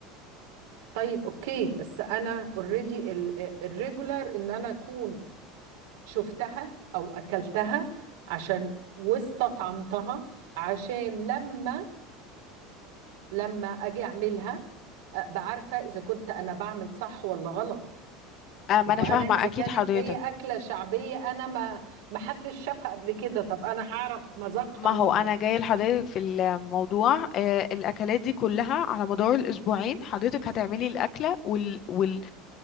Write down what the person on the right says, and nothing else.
طيب أوكي بس أنا أوريدي الريجولار إن أنا أكون شفتها أو أكلتها عشان واستطعمتها عشان لما لما أجي أعملها أبقى عارفة إذا كنت أنا بعمل صح ولا غلط
ما هو
انا
اذا
كانت
هي اكله شعبيه انا ما ما حدش شافها قبل كده طب انا هعرف مذاقها
منين